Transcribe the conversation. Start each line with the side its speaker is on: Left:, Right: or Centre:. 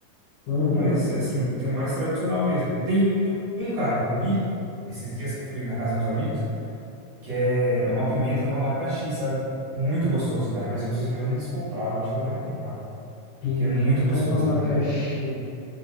Left: Uhum.
Right: Mas, assim, tem o mais tradicional mesmo. Tem um, cara, que eu comi esses dias que eu fui na casa de uns amigos. que é é uma pimenta com abacaxi, sabe? Muito gostoso, cara, mas eu preciso ver onde eles compraram, eu acho que eu vou até comprar,
Left: Pimenta
Right: que é muito gostoso
Left: com abacaxi.
Right: também.